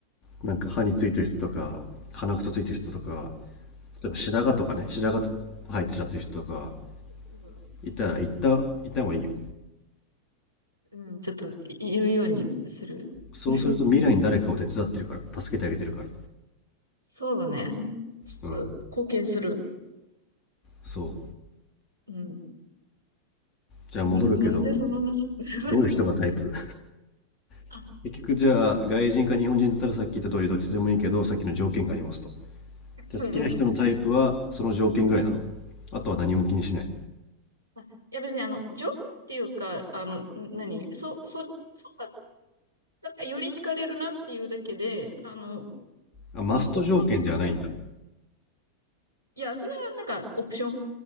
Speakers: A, on the left; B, on the right.
A: なんか歯についてる人とか、鼻くそついてる人とか、例えば白髪とかね、白髪生えてちゃってる人とか、
B: うん。
A: いたら、言った、言った方がいいよ。
B: うんちょっと言うようにする。
A: そうすると未来に誰かを手伝ってるから、
B: <laughs>
A: 助けてあげてるから。
B: そうだね。ちょっと貢献する。
A: うん。そう。
B: うん。
A: じゃあ戻るけど、
B: うん <laughs> なんでその話、<laughs>
A: どういう人がタイプ
B: あ、
A: <laughs> 結局じゃあ、外人か日本人だったらさっき言った通りどっちでもいいけど、さっきの条件がありますと。じゃあ好きな人のタイプは、
B: うんうん。
A: その条件ぐらいなのあとは何も気にしない。
B: あいや別にあの、情報っていうか、あの、ん何、そ、そ、そうだ、なんかより惹かれるなっていうだけで、あの、
A: あ、マスト条件ではないんだ。
B: ほんの、本当の、いや、それはなんかオプション。